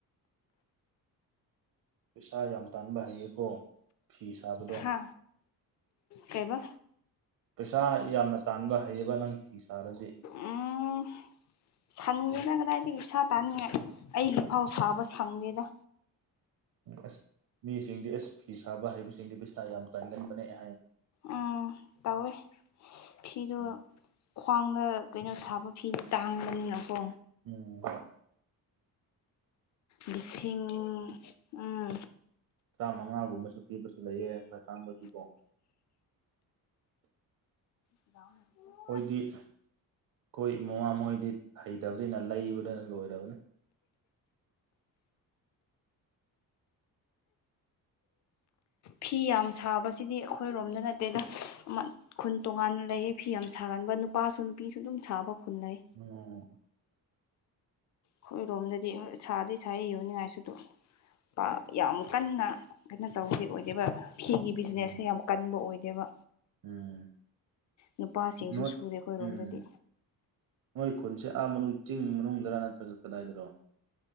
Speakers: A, on the right; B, on the left.
A: ꯄꯩꯁꯥ ꯌꯥꯝ ꯇꯥꯟꯕ ꯍꯩꯌꯦꯀꯣ ꯐꯤ ꯁꯥꯕꯗꯣ꯫
B: ꯍꯥ ꯀꯩꯕ
A: ꯄꯩꯁꯥ ꯌꯥꯝꯅ ꯇꯥꯟꯕ ꯍꯩꯌꯦꯕ ꯅꯪ ꯐꯤ ꯁꯥꯔꯗꯤ
B: ꯎꯝ ꯁꯪꯒꯦꯅ ꯀꯗꯥꯏꯗꯒꯤ ꯄꯩꯁꯥ ꯇꯥꯅꯤꯡꯉꯦ ꯑꯩꯒꯤꯐꯥꯎ ꯁꯥꯕ ꯁꯪꯗꯦꯗ꯫
A: ꯑꯁ ꯃꯤꯁꯤꯡꯗꯤ ꯑꯁ ꯐꯤ ꯁꯥꯕ ꯍꯩꯕꯁꯤꯡꯗꯤ ꯄꯩꯁꯥ ꯌꯥꯝ ꯇꯟꯒꯟꯕꯅꯦ ꯑꯩ ꯍꯥꯏ
B: ꯎꯝ ꯇꯧꯋꯦ ꯐꯤꯗꯣ
A: ꯎꯝ
B: ꯈ꯭ꯋꯥꯡꯗ ꯀꯩꯅꯣ ꯁꯥꯕ ꯐꯤꯅꯤ ꯇꯥꯡꯕꯅꯤꯅꯀꯣ
A: ꯎꯝ
B: ꯂꯤꯁꯤꯡ ꯎꯝ
A: ꯆꯥꯝꯃꯉꯥꯒꯨꯝꯕꯁꯨ ꯄꯤꯕꯁꯨ ꯂꯩꯑꯦ ꯈꯔ ꯇꯥꯡꯕꯒꯤꯀꯣ
B: <inaudible>
A: ꯑꯩꯏꯗꯤ ꯑꯩꯈꯣꯏ ꯃꯃꯥꯍꯣꯏꯗꯤ ꯍꯩꯇꯕꯅꯤꯅ ꯂꯩꯕꯗꯅ ꯂꯣꯏꯔꯕꯅꯤ
B: ꯐꯤ ꯌꯥꯝ ꯁꯥꯕꯁꯤꯗꯤ ꯑꯩꯈꯣꯏꯔꯣꯝꯗ ꯅꯠꯇꯦꯗ ꯈꯨꯟ ꯇꯣꯉꯥꯟꯅ ꯂꯩꯌꯦ ꯐꯤ ꯌꯥꯝ ꯁꯥꯒꯟꯕ ꯅꯨꯄꯥꯁꯨ ꯅꯨꯄꯤꯁꯨ ꯑꯗꯨꯝ ꯁꯥꯕ ꯈꯨꯟ ꯂꯩ
A: ꯎꯝ
B: ꯑꯩꯈꯣꯏꯔꯣꯝꯗꯗꯤ ꯍꯣꯏ ꯁꯥꯗꯤ ꯁꯥꯏ ꯌꯣꯡꯅꯤꯡꯉꯥꯏꯁꯨ ꯑꯗꯨꯝ ꯄꯥꯛ ꯌꯥꯝꯃꯨ ꯀꯟꯅ ꯀꯩꯅꯣ ꯇꯧꯕꯗꯤ ꯑꯣꯏꯗꯦꯕ ꯐꯤꯒꯤ ꯕꯤꯖꯤꯅꯦꯁꯁꯦ
A: ꯎꯝ ꯎꯝ
B: ꯌꯥꯝ ꯀꯟꯕ ꯑꯣꯏꯗꯦꯕ
A: ꯎꯝ
B: ꯅꯨꯄꯥꯁꯤꯡꯁꯨ
A: ꯅꯣꯏ
B: ꯁꯨꯔꯦ ꯑꯩꯈꯣꯏꯔꯣꯝꯗꯗꯤ
A: ꯎꯝ ꯅꯣꯏ ꯈꯨꯟꯁꯦ ꯑꯥ ꯃꯅꯨꯡ ꯆꯤꯡ ꯃꯅꯨꯡꯗꯔ ꯅꯠꯇ꯭ꯔꯒ ꯀꯗꯥꯏꯗꯅꯣ